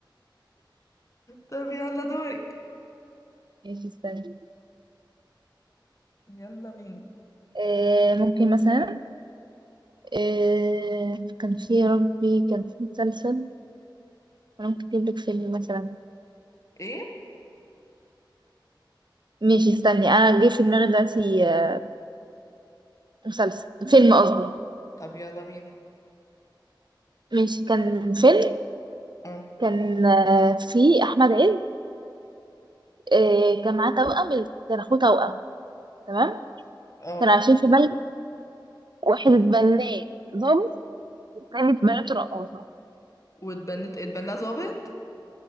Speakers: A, on the left; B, on the right.
A: طب يلا دورك
B: ماشي استنى
A: يلا بينا
B: آه ممكن مثلا آه كان في يا ربي كان في مسلسل انا ممكن اجيب لك فيلم مثلا
A: ايه
B: ماشي استني انا جه في دماغي دلوقتي آه مسلسل فيلم قصدي
A: طب يلا بينا
B: ماشي كان فيلم
A: اه
B: كان آه في احمد عز آه كان معاه توأم ال- كان اخوه توأم تمام
A: اه
B: كانوا عايشين في بلد واحد اتبناه ضابط والتاني اتبنته رقاصة
A: واتبنت اتبنى ظابط